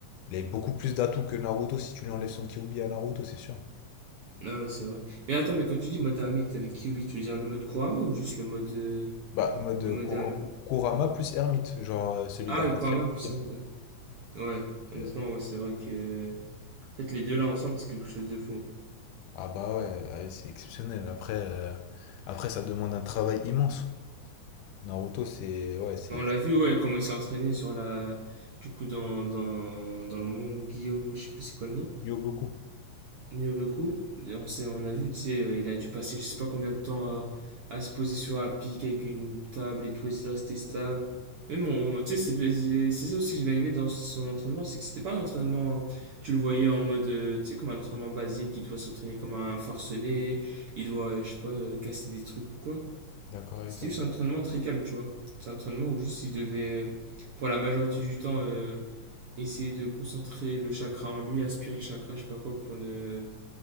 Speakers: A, on the left (about 80°); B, on the right (about 65°).
A: il a beaucoup plus d'atouts que Naruto si tu lui enlèves son Kyuubi à Naruto, c'est sûr.
B: Ah ouais, c'est vrai. Mais attends, mais quand tu dis mode ermite avec Kyubi, tu veux dire le mode Kurama ou juste le mode. euh,
A: Bah, mode
B: le mode
A: Kur-
B: ermite
A: Kurama plus ermite, genre euh, celui
B: Ah,
A: de la quatrième
B: le Kurama plus
A: mondiale.
B: ermite, ouais. Ouais, honnêtement,
A: Euh,
B: ouais, c'est vrai que. En fait, les deux là ensemble, c'est quelque chose de fou.
A: ah bah ouais, ouais, c'est exceptionnel. Après, euh, après, ça demande un travail immense. Naruto, c'est ouais, c'est
B: Mais on l'a vu, ouais, comment il s'est entraîné sur la. Du coup, dans, dans, dans le Mont Guillaume, je sais plus c'est quoi le nom.
A: il y a beaucoup.
B: Nyoboku, on sait, on a vu, tu sais, euh, il a dû passer je sais pas combien de temps à, à se poser sur un pic avec une table et tout, et de resté stable. Même, on- tu sais, c'est c'est- c'est ça aussi que j'ai bien aimé dans son entraînement, c'est que c'était pas un entraînement, tu le voyais en mode, euh, tu sais, comme un entraînement basique, il doit s'entraîner comme un forcené, il doit, euh, je sais pas, euh, casser des trucs ou quoi.
A: D'accord avec
B: C'était
A: toi.
B: juste un entraînement très calme, tu vois. C'est un entraînement où juste il devait, euh, pour la majorité du temps, euh, essayer de concentrer le chakra en lui, aspirer le chakra, je sais pas quoi, pour ne